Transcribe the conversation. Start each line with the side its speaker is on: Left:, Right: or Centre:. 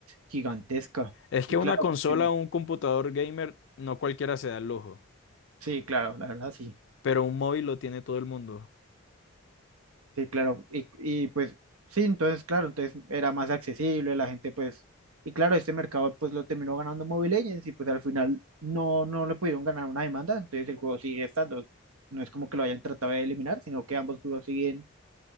Right: gigantesca.
Left: Es que
Right: Y claro,
Left: una consola
Right: porque-
Left: o un computador gamer no cualquiera se da el lujo,
Right: sí, claro, la verdad, sí.
Left: pero un móvil lo tiene todo el mundo.
Right: Sí, claro. Y, y pues sí, entonces, claro, entonces era más accesible, la gente pues, y claro, este mercado pues lo terminó ganando Mobile Legends y pues al final no, no le pudieron ganar una demanda, entonces el juego sigue estando. No es como que lo hayan tratado de eliminar, sino que ambos juegos siguen,